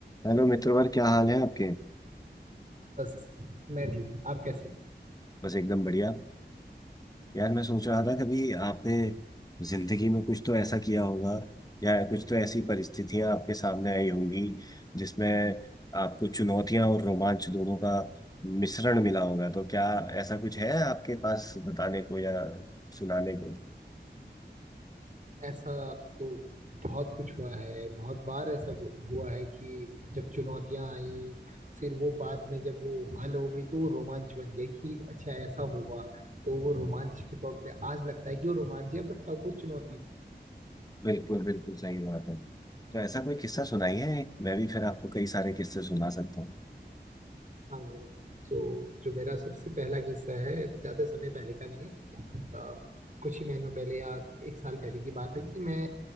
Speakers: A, on the left (about 20°); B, on the right (about 45°).
A: Hello मित्रवर क्या हाल है आपके
B: बस मैं ठीक आप कैसे हैं
A: बस एकदम बढ़िया यार मैं सोच रहा था कभी आपने जिंदगी में कुछ तो ऐसा किया होगा या कुछ तो ऐसी परिस्थितियां आपके सामने आई होंगी जिसमें आपको चुनौतियां और रोमांच दोनों का मिश्रण मिला होगा तो क्या ऐसा कुछ है आपके पास बताने को या सुनाने को
B: ऐसा तो बहुत कुछ हुआ है बहुत बार ऐसा हुआ है कि जब चुनौतियां आई फिर वो बाद में जब वो हल हो गई तो वो रोमांच बन गया कि अच्छा ऐसा हुआ तो वो रोमांच के तौर पे आज लगता है कि वो रोमांच है बट तब वो चुनौती
A: बिल्कुल बिल्कुल सही बात है तो ऐसा कोई किस्सा सुनाइए मैं भी फिर आपको कई सारे किस्से सुना सकता हूँ
B: हाँ तो जो मेरा सबसे पहला किस्सा है ज्यादा समय पहले का नहीं है अ, कुछ ही महीनों पहले या एक साल पहले की बात है कि मैं